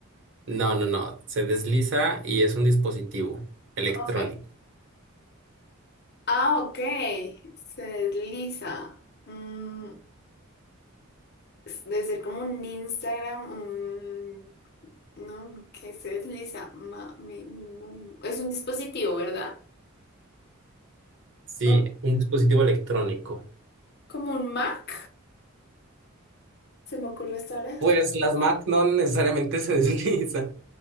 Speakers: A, on the right; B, on the left.
A: no, no, no. Se desliza y es un dispositivo electrónico.
B: Ok. Ah, ok. Se desliza. Mm, es- debe ser como un Instagram, un... No, que se desliza. Ma- me- ni- mu- Es un dispositivo, ¿verdad?
A: Sí,
B: Un-
A: un dispositivo electrónico.
B: Como un Mac, se me ocurre hasta ahora.
A: Pues las Mac no necesariamente se <laughs> deslizan.